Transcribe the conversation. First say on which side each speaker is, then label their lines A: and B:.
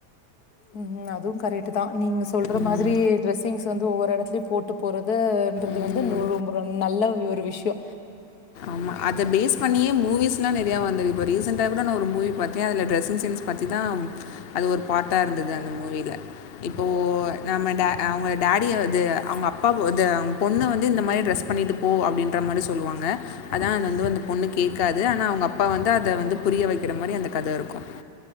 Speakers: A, on the left; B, on the left.
A: ம் ம் அதும் கரெக்ட்டு தா நீங்க சொல்ற
B: ம்.
A: மாத்ரி டிரெஸ்ஸிங்ஸ் வந்து ஒவ்வொரு எடத்திலயு போட்டு போறதுன்றது
B: ம்.
A: வந்து நு ரொம்ப் ரொம் நல்ல ஒரு விஷ்யோ
B: ஆம்மா அத பேஸ் பண்ணியே மூவிஸ் ல்லா நெறையா வந்திருக்கு இப்ப ரீசெண்டா குட நா ஒரு மூவி பாத்தே அதுல டிரெஸ்ஸிங் சென்ஸ் பத்திதா அது ஒரு பார்ட்டா இருந்தது அந்த மூவியில இப்போ நம்ம டே அவங்க டாடி அது அவங்க அப்பா அது பொண்ணு வந்து இந்த மாரி டிரஸ் பண்ணிட்டுபோ அப்டின்ற மாரி சொல்லுவாங்க அதா அது வந்து வந்து அந்த பொண்ணு கேட்காது ஆனா அவுங்க அப்பா வந்து அத வந்து புரிய வெக்கிற மாரி அந்த கத இருக்கு